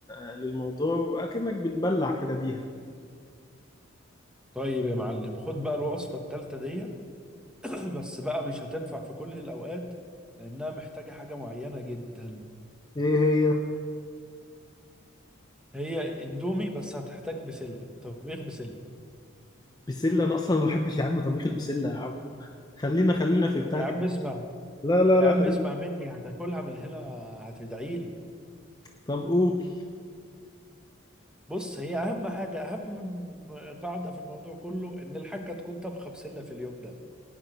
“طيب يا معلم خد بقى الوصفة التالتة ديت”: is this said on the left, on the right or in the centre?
Centre